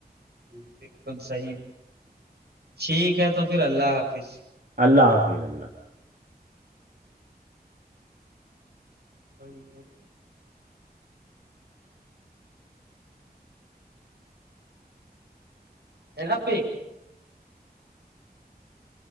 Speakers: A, on the right; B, on the right.
A: جی بالکل صحیح ٹھیک ہے تو پھر اللہ حافظ
B: اللہ حافظ اللہ
A: ہ جیوک ہے ن پی